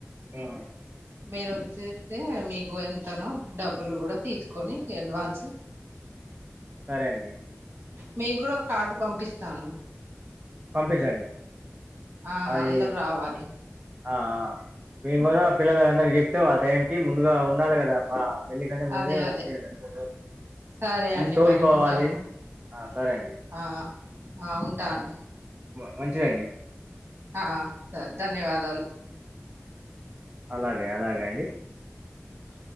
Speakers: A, on the right; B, on the right.
A: ఆ
B: మీరు వచ్చేస్తే మీకు ఎంతనో డబ్బులు కూడా తీసుకొని అడ్వాన్స్
A: సరే అండి
B: మీ కూడా ఒక కార్డు పంపిస్తాను
A: పంపించండి
B: ఆ
A: అది
B: అందరు రావాలి
A: ఆ ఆ మేము కూడా పిల్లల అందరికి చెప్తే వా టైం కి ముందుగా ఉండాలి కదా ప పెళ్లి కంటే ముందే
B: అదే
A: వచ్చి
B: అదే
A: మూడు రోజులు
B: సరే
A: అన్ని
B: అండి
A: తోలుకోవాలి
B: మరి ఉంటాను
A: ఆ, సరే అండి
B: ఆ ఆ ఉంటా అండి
A: మా మంచిదండి
B: ఆ సర్ ధన్యవాదాలు
A: అలాగే అలాగే అండి
B: నా